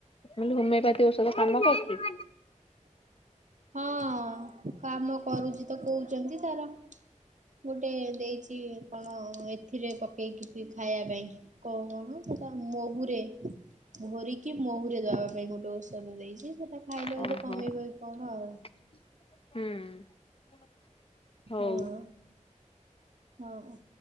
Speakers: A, on the left; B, on the right.
A: ମୁଁ କହିଲି ହୋମିଓପାଥି ଔଷଧ କାମ କରୁଛି।
B: ହଁ କାମ କରୁଛି ତ କହୁଛନ୍ତି ତାର ଗୋଟେ ଦେଇଛି। କି କଣ ଏଥିରେ ପକେଇକି ବି ଖାଇବା ପାଇଁ। କଣ କଣ ସେ ମହୁରେ ଭରିକି ମହୁରେ ଦବା ପାଇଁ ଗୋଟେ। ଔଷଧ ଦେଇଛି ସେଟା ଖାଇଲେ
A: ଓହୋ
B: ବୋଧେ କମିବ କଣ ଆଉ।
A: ହୁଁ। ହଉ
B: ହଁ ହଁ।